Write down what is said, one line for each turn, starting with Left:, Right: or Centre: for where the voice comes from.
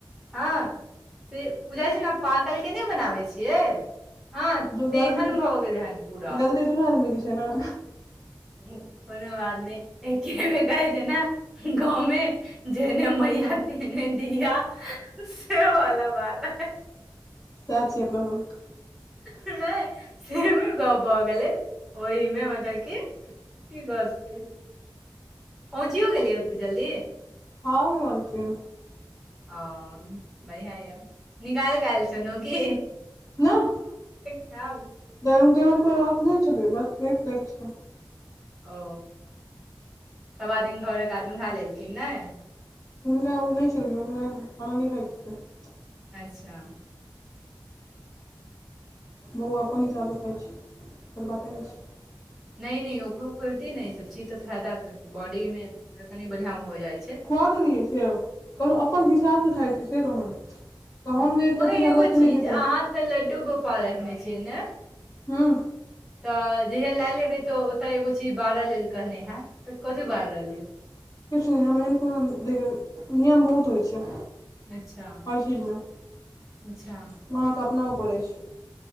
Centre: हँ। से बुझाई छैय ने पाकल के नहि बनाबै छियै। हँ
Left: गलत
Centre: तेहन भऽ गेलै हन पूरा
Left: गलती दुनू आदमी के छैय ने।
Centre: कोनो बात नहि एकेगो कहै छैय ने गाँवमे। जेहने मैया तेहने धिया से वाला बात
Left: <unintelligible>
Centre: नहि सेमे गप भऽ गेलै ओहिमे मतलब कि। <unintelligible> पहुँचियो गेलियै ओते जल्दी।
Left: हँ हो <unintelligible>
Centre: ओ बढ़ियाॅं यऽ निकाल कऽ आयल छलो की?
Left: ने
Centre: <unintelligible>
Left: <unintelligible>
Centre: ओ सब आदमी घरके आदमी खा लेलखिन नै।
Left: नहि ओ नहि खेलखिन ओकरा खा नहि खाय <unintelligible>
Centre: अच्छा
Left: बौआ अपन हिसाबसँ खाई छी ओकर बाते नहि छैय।
Centre: नहि नहि ओकरो खोबतै ने ई सब चीजसँ फायदा करतै बॉडीमे त कनि बढ़िआं भऽ जाइ छैय।
Left: खुआ देलियै सेव कहलहुँ अपन हिसाबसँ खाइ छैय से कहलहुँ। तऽ
Centre: मगर
Left: हम जे जतेक
Centre: एगो
Left: चाहबै ओतेक
Centre: चीज
Left: नहि खेतै
Centre: अहाँ तऽ लड्डू गोपाल रखने छियै ने?
Left: हूँ
Centre: तऽ जहिया लए हेबै तऽ ओतऽ एगो चीज बारऽ लेल कहने हैतऽ त कथी बारल यऽ?
Left: किछु नहि हम एहन कोनो देखियौ नियम बहुत होइ छैय।
Centre: अच्छा
Left: हर चीज मे अहाँके
Centre: अच्छा
Left: अपना ऊपर अछि।